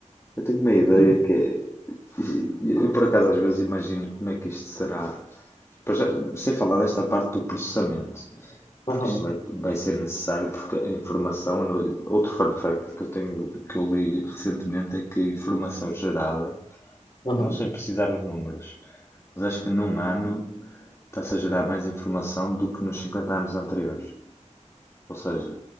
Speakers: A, on the left; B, on the left.
A: Eu tenho uma ideia
B: Não.
A: que é. Eu por acaso às vezes imagino como é que isto será. já- Sem falar desta parte do processamento.
B: Aham,
A: porque isto vai, vai ser necessário, porque a informação, outro fun fact que eu tenho, que eu li recentemente é que a informação gerada,
B: aham.
A: eu não sei precisar os números, mas acho que num ano está-se a gerar mais informação do que nos 50 anos anteriores. Ou seja,